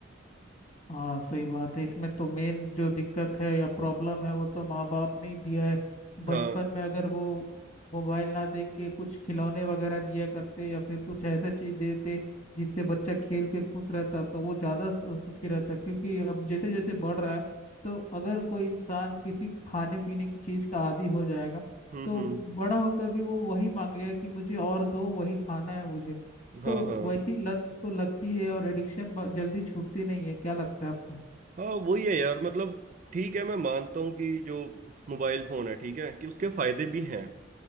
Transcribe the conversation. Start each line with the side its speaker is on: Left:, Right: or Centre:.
Left: हाँ सही बात है इसमें तो मेन जो दिक्कत है या प्रॉब्लम है वो तो माँ बाप ने ही दिया है बचपन
Right: हाँ
Left: में अगर वो मोबाइल ना देख के कुछ खिलौने वगैरह दिया करते या फिर कुछ ऐसा चीज देते जिससे बच्चा खेल के खुश रहता तो वो ज्यादा सु- सुखी रहता क्योंकि अब जैसे जैसे बढ़ रहा है तो अगर कोई इंसान किसी खाने पीने की चीज का आदी हो जाएगा
Right: हम्म
Left: तो
Right: हम्म
Left: बड़ा होकर भी वो वही मांगेगा कि मुझे और दो वही खाना है मुझे
Right: हाँ
Left: तो
Right: हाँ
Left: वैसी तो लगती है और एडिक्शन जल्दी छूटती नहीं है क्या लगता है आपको
Right: हाँ वही है यार मतलब ठीक है मैं मानता हूँ कि जो मोबाइल फोन है ठीक है कि उसके फायदे भी हैं